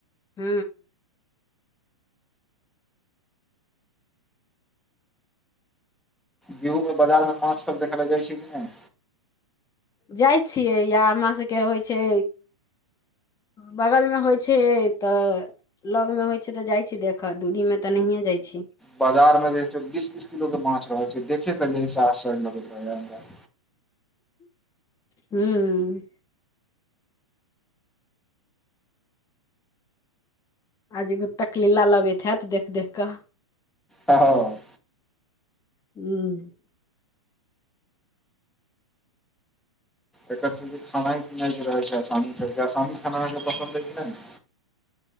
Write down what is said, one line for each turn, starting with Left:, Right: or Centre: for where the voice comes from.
Left: ह
Centre: गेहू मे बाजार मे माछ सब देखल जाइ छै कि नहि
Left: जाइ छियै या हमर सभके होइ छै। बगलमे होइ छै तऽ लगमे होइत छै तऽ जाइ छी देखऽ दूरीमे तऽ नहिए जाइत छी।
Centre: बाजार मे जे छै से बीस बीस किलो के माछ रहै छै। देखे के जे ह से आश्चर्य लगैत रहैया हमरा,
Left: हूँ आजगुत तक लीला लगैत हयैत देख देख कऽ,
Centre: हँ।
Left: हूँ।
Centre: एकर सबके खेाइ पीनाइके रहैत छै। आसामी आसामी खाना अहाँके पसन्द हइ कि नहि,